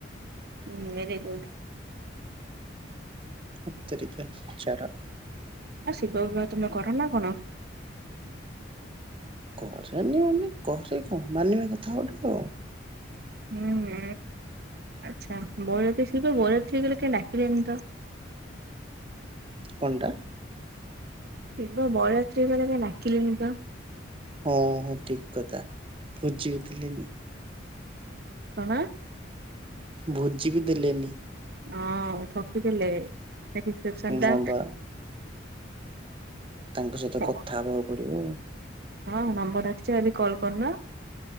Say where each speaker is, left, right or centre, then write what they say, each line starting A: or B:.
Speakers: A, on the right (about 55°); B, on the right (about 30°).
A: ହୁଁ ଭେରି ଗୁଡ଼୍।
B: ହେତ୍ ତେରିକା ଛାଡ।
A: ଆଉ ଶିବ ବିିବାହ ତମେ କର ନା କରନି?
B: କରେନି ମାନେ କରେ କଣ ମାନିବା କଥା ଗୋଟେ ଆଉ।
A: ହୁଁ ହୁ ଆଚ୍ଛା ବଉର ତ ଶିବ ବାଉଳେ ତ ଗଲେ କାଇଁ ଡାକିଲେନି ତ?
B: କଣ୍ ଟା?
A: ଶିବ ବରଯାତ୍ରୀ ଗଲେ କାଇଁ ଡାକିଲେନି ତ?
B: ହଁ ହୋ ଠିକ କଥା ବୁଝିବଥିଲେନି।
A: କଣ?
B: ଭୋଜି ବି ଦେଲେନି।
A: ହଁ ଠକିଦେଲେ ସେ ରିସେପ୍ ସନ୍ ଟା
B: ହଁ ବା ତାଙ୍କ ସହିତ
A: ଟା
B: କଥା ହବାକୁ ପଡିବ ଆଉ।
A: ହଁ ନମ୍ବର ରଖିଚ ଯଦି କଲ କରୁନ।